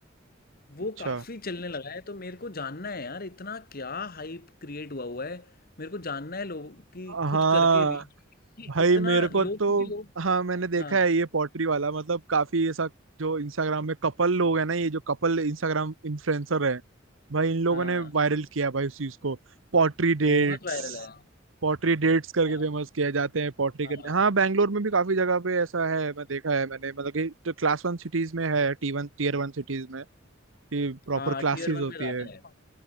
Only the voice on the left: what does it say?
वो
काफ़ी चलने लगा है तो मेरे को जानना है यार इतना क्या हाइप क्रिएट हुआ हुआ है मेरे को जानना है लोगों की
खुद करके भी कि
इतना
लोग
क्योंकि लोग
हाँ
हाँ
बहुत वायरल है
हाँ
हाँ
हाँ
टीयर वन
में ज़्यादा
है